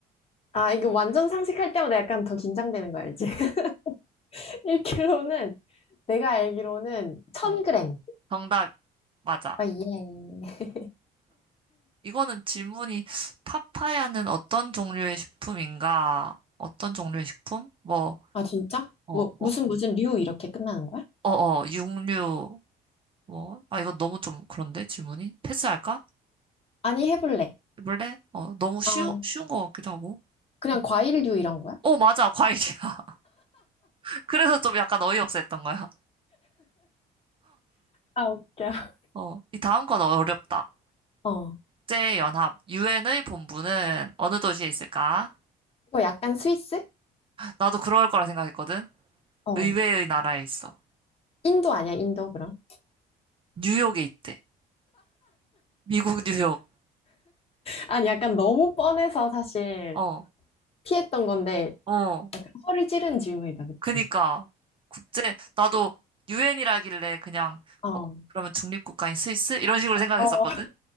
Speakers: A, on the left; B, on the right.
A: 아, 이거 완전 상식할 때마다 약간 더 긴장되는 거 알지? <laughs> 1kg는 내가 알기로는 1000g.
B: 어, 정답 맞아.
A: 아, 예.
B: 이거는 질문이 파파야는 어떤 종류의 식품인가? 어떤 종류의 식품? 뭐,
A: 아, 진짜?
B: 어,
A: 뭐,
B: 뭐,
A: 무슨 무슨 류 이렇게 끝나는 거야?
B: 어, 어, 육류, 뭐. 아, 이거 너무 좀 그런데 질문이? 패스할까?
A: 아니, 해볼래.
B: 원래? 어, 너무 쉬우,
A: 음,
B: 쉬운 것 같기도 하고.
A: 그냥
B: 어,
A: 과일류 이런 거야?
B: 어, 맞아, 과일이야. <laughs> 그래서 좀 약간 어이없어 했던 거야.
A: 아, 웃겨.
B: 어, 이 다음 건 어렵다.
A: 어.
B: 국제연합, 유엔의 본부는 어느 도시에 있을까?
A: 이거 약간 스위스?
B: 나도 그럴 거라 생각했거든.
A: 어.
B: 의외의 나라에 있어.
A: 인도 아니야, 인도 그럼?
B: 뉴욕에 있대. 미국 뉴욕.
A: 아니, 약간 너무 뻔해서 사실
B: 어,
A: 피했던 건데,
B: 어.
A: 허를 찌르는 질문이다, 그치?
B: 그니까 국제 나도 유엔이라길래 그냥
A: 어.
B: 어 그러면 중립국가인 스위스 이런 식으로 생각했었거든.
A: 어.